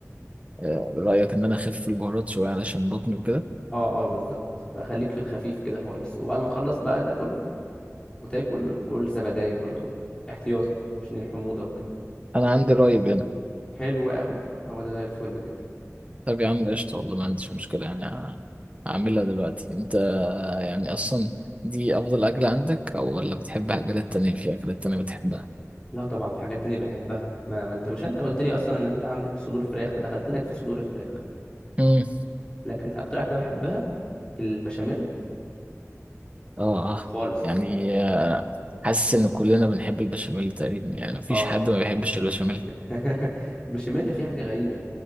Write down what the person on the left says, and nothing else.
اه اه بالظبط فخليك في الخفيف كده خالص وبعد ما تخلص بقى ده كله وتاكل كل زبدايه برضو احتياطي عشان الحموضه وكده
حلو قوي هو ده زي الفل كده
لا طبعا في حاجات تانية بحبها ما, ما انت مش انت قلت لي اصلا ان انت عندك صدور فراخ فدخلت لك في صدور الفراخ
لكن اكتر اكله بحبها البشاميل
خالص
يعني
اه
<laughs> البشاميل فيه حاجة غريبة